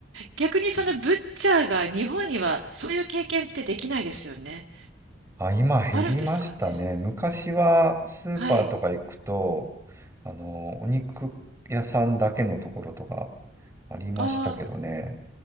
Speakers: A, on the right (about 75°); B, on the right (about 15°).
A: 逆にそのブッチャーが日本にはそういう経験ってできないですよね。
B: うんあ、今減りましたね。
A: あるんですかね。
B: 昔はスーパーとか行くと、
A: はい。
B: あの、お肉屋さんだけのところとかありましたけどね。
A: ああ。